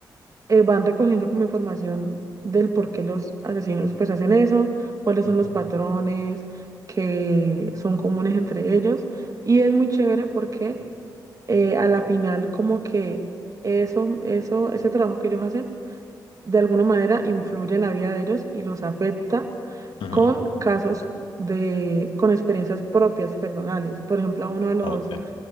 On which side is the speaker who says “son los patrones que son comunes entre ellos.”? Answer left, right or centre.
Right